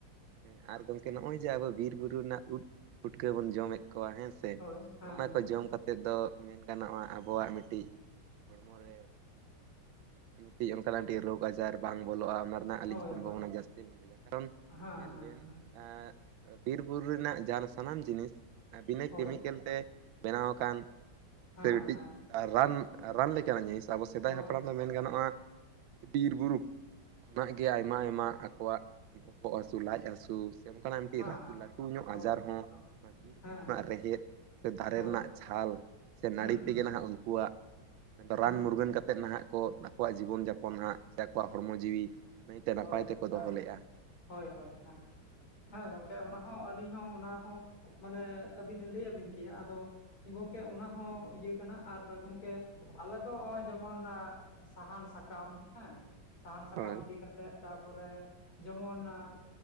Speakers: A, on the right; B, on the left.
A: ᱦᱮᱸ ᱟᱨ ᱜᱚᱢᱠᱮ ᱱᱚᱜᱼᱚᱭ ᱡᱮ ᱟᱵᱚ ᱵᱤᱨ ᱵᱩᱨᱩ ᱨᱮᱱᱟᱜ ᱩᱫ ᱯᱩᱴᱠᱟᱹ ᱵᱚᱱ ᱡᱚᱢᱮᱫ ᱠᱚᱣᱟ ᱦᱮᱸ ᱥᱮ
B: ᱦᱳᱭ ᱦᱮᱸ
A: ᱱᱚᱜᱼᱱᱟ
B: ᱦᱮᱸ
A: ᱠᱚ ᱡᱚᱢ ᱠᱟᱛᱮ ᱠᱟᱛᱮᱫ ᱫᱚ ᱢᱮᱱ ᱜᱟᱱᱚᱜᱼᱟ ᱟᱵᱚᱣᱟᱜ ᱢᱤᱫᱴᱤᱡ ᱦᱚᱲᱢᱚ ᱨᱮ ᱢᱤᱫᱴᱤᱡ ᱚᱱᱠᱟᱱᱟᱜ ᱢᱤᱫᱴᱤᱡ ᱨᱳᱜᱽ ᱟᱡᱟᱨ ᱵᱟᱝ ᱵᱚᱞᱚᱜᱼᱟ ᱚᱱᱟ ᱨᱮᱱᱟᱜ ᱟᱹᱞᱤᱧ
B: ᱦᱳᱭ
A: ᱥᱚᱢᱵᱷᱚᱵᱚᱱᱟ
B: ᱦᱳᱭ
A: ᱡᱟᱹᱥᱛᱤ ᱞᱤᱧ ᱵᱩᱡᱟ ᱠᱟᱨᱚᱱ
B: ᱦᱮᱸ
A: ᱧᱮᱞ
B: ᱦᱮᱸ
A: ᱵᱮᱱ
B: ᱦᱮᱸ
A: ᱮᱸᱫ ᱵᱤᱨᱵᱩᱨᱩ ᱨᱮᱱᱟᱜ ᱡᱟᱦᱟᱱ ᱥᱟᱱᱟᱢ ᱡᱤᱱᱤᱥ ᱵᱤᱱᱟᱹ
B: ᱦᱳᱭ
A: ᱠᱮᱢᱤᱠᱮᱞ ᱛᱮ ᱵᱮᱱᱟᱣ ᱟᱠᱟᱱ
B: ᱦᱮᱸ
A: ᱥᱮ ᱢᱤᱫᱴᱤᱡ
B: ᱦᱮᱸ
A: ᱨᱟᱱ ᱨᱟᱱ ᱞᱮᱠᱟᱱᱟᱜ ᱡᱤᱱᱤᱥ ᱟᱵᱚ ᱥᱮᱫᱟᱭ
B: ᱦᱳᱭ
A: ᱦᱟᱯᱲᱟᱢ
B: ᱦᱮᱸ
A: ᱫᱚ ᱢᱮᱱ ᱜᱟᱱᱚᱜᱼᱟ ᱵᱤᱨ ᱵᱩᱨᱩ ᱠᱷᱚᱱᱟᱜ ᱜᱮ ᱟᱭᱢᱟ ᱟᱭᱢᱟ ᱟᱠᱚᱣᱟᱜ ᱵᱚᱦᱚᱜ ᱦᱟᱹᱥᱩ ᱞᱟᱡ ᱦᱟᱹᱥᱩ ᱥᱮ ᱚᱱᱠᱟᱱᱟᱜ ᱢᱤᱫᱴᱤᱡ
B: ᱦᱮᱸ
A: ᱨᱟᱹ ᱞᱟᱹᱴᱩ ᱧᱚᱜ
B: ᱦᱳᱭ
A: ᱟᱡᱟᱨ
B: ᱦᱮᱸ
A: ᱦᱚᱸ ᱵᱤᱨᱵᱩᱨᱩ
B: ᱦᱮᱸ
A: ᱨᱮᱱᱟᱜ ᱨᱮᱦᱮᱫ ᱥᱮ ᱫᱟᱨᱮ
B: ᱦᱳᱭ
A: ᱨᱮᱱᱟᱜ ᱪᱷᱟᱞ ᱥᱮ
B: ᱦᱩᱸ
A: ᱱᱟᱹᱲᱤ
B: ᱦᱩᱸ
A: ᱛᱮᱜᱮ ᱱᱟᱦᱟᱜ ᱩᱱᱠᱩᱣᱟᱜ ᱢᱮᱱ ᱫᱚ
B: ᱦᱩᱸ
A: ᱨᱟᱱ ᱢᱩᱨᱜᱟᱹᱱ ᱠᱟᱛᱮᱫ ᱱᱟᱦᱟᱜ ᱠᱚ ᱟᱠᱚᱣᱟᱜ ᱡᱤᱵᱚᱱ ᱡᱟᱯᱚᱱ ᱦᱟᱸᱜ ᱥᱮ ᱟᱠᱚᱣᱟᱜ ᱦᱚᱲᱢᱚ ᱡᱤᱣᱤ ᱱᱟᱭᱛᱮ ᱱᱟᱯᱟᱭ
B: ᱦᱳᱭ,
A: ᱛᱮᱠᱚ
B: ᱦᱟᱸ,
A: ᱫᱚᱦᱚ ᱞᱮᱫᱼᱟ
B: ᱦᱳᱭ, ᱦᱳᱭ ᱦᱟᱸ ᱾ ᱦᱮᱸ ᱜᱚᱝᱠᱮ ᱚᱱᱟ ᱦᱚᱸ ᱟᱹᱞᱤᱧ ᱦᱚᱸ ᱚᱱᱟ ᱦᱚᱸ ᱢᱟᱱᱮ ᱟᱹᱵᱤᱱ ᱞᱟᱹᱭ ᱟᱹᱵᱤᱱ ᱠᱮᱭᱟ, ᱟᱫᱚ ᱜᱚᱢᱠᱮ ᱚᱱᱟ ᱦᱚᱸ ᱤᱭᱟᱹ ᱠᱟᱱᱟ ᱟᱨ ᱜᱚᱢᱠᱮ ᱟᱞᱮ ᱫᱚ ᱱᱚᱜᱼᱚᱭ ᱡᱮᱢᱚᱱ ᱥᱟᱦᱟᱱ ᱥᱟᱠᱟᱢ ᱦᱮᱸ, ᱥᱟᱦᱟᱱ ᱥᱟᱠᱟᱢ
A: ᱦᱳᱭ
B: ᱤᱫᱤ ᱠᱟᱛᱮᱜ ᱛᱟᱨᱯᱚᱨᱮ ᱡᱮᱢᱚᱱ